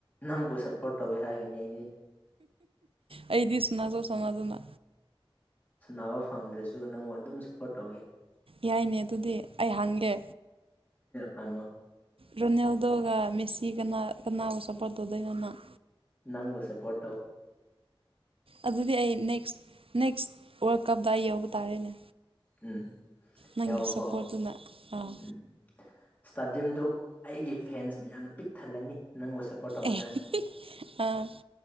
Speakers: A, on the left (about 20°); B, on the right (about 75°).
A: ꯅꯪꯕꯨ ꯁꯞꯄꯣꯔꯠ ꯇꯧꯋꯦ ꯍꯥꯏꯒꯅꯤ ꯑꯩꯗꯤ
B: ꯑꯩꯗꯤ ꯁꯥꯅꯁꯨ ꯁꯥꯅꯗꯅ
A: ꯁꯥꯟꯅꯕ ꯐꯪꯗ꯭ꯔꯁꯨ ꯅꯪꯕꯨ ꯑꯗꯨꯝ ꯁꯞꯄꯣꯔꯠ ꯇꯧꯒꯦ
B: ꯌꯥꯏꯅꯦ ꯑꯗꯨꯗꯤ ꯑꯩ ꯍꯟꯒꯦ
A: ꯍꯪꯉꯣ
B: ꯔꯣꯅꯦꯜꯗꯣꯒ ꯃꯦꯁꯤꯒꯅ ꯀꯅꯥꯕꯨ ꯁꯞꯄꯣꯔꯠ ꯇꯧꯗꯣꯏꯅꯣ ꯅꯪ
A: ꯅꯪꯕꯨ ꯁꯄꯣꯔꯠ ꯇꯧ
B: ꯑꯗꯨꯗꯤ ꯑꯩ ꯅꯦꯛꯁ ꯅꯦꯛꯁ ꯋꯥꯔꯜ ꯀꯞꯇ ꯑꯩ ꯌꯥꯎꯕ ꯇꯥꯔꯦꯅꯦ
A: ꯎꯝ
B: ꯅꯪꯒꯤ
A: ꯌꯥꯎꯀꯣ
B: ꯁꯄꯣꯔꯠꯗꯨꯅ ꯑꯥ
A: ꯎꯝ ꯏꯁꯇꯥꯗꯤꯌꯝꯗꯨ ꯑꯩꯒꯤ ꯐꯦꯟꯁ ꯃꯌꯥꯝꯅ ꯄꯤꯛ ꯊꯜꯂꯅꯤ ꯅꯪꯕꯨ ꯁꯄꯣꯔꯠ ꯇꯩꯅꯤꯉꯥꯏ
B: ꯑꯦ ꯑꯥ